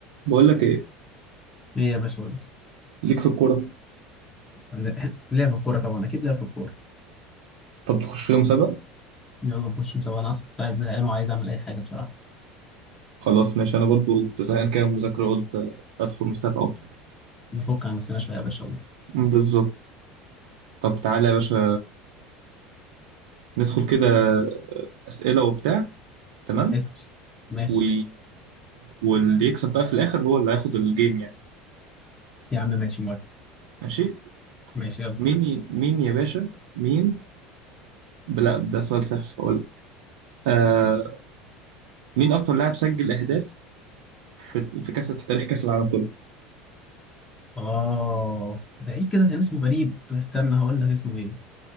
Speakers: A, on the right (about 80°); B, on the left (about 20°).
A: بقول لك ايه
B: ليه يا باشا قول
A: ليك في الكوره
B: لي <laughs> ليه في الكورة طبعا أكيد ليه في الكورة
A: طب تخش لي مسابقه
B: يلا نخش مسابقة أنا أصلا كنت عايز زهقان وعايز أعمل أي حاجة بصراحة
A: خلاص ماشي انا برضو كنت زهقان كده من المذاكره قلت ادخل مسابقه وبتاع
B: نفك عن نفسنا شوية يا باشا يلا
A: بالظبط طب تعالى يا باشا ندخل كده اسئله وبتاع تمام
B: اسأل ماشي
A: و... واللي يكسب بقى في الاخر هو اللي هياخد الجيم يعني
B: يا عم ماشي موافق
A: ماشي
B: ماشي يلا
A: مين ي... مين يا باشا مين لا ده سؤال سهل هقول آه... مين اكتر لاعب سجل اهداف في في كاس في تاريخ كاس العالم كله
B: آه ده إيه كده كان اسمه غريب استنى هقول لك اسمه إيه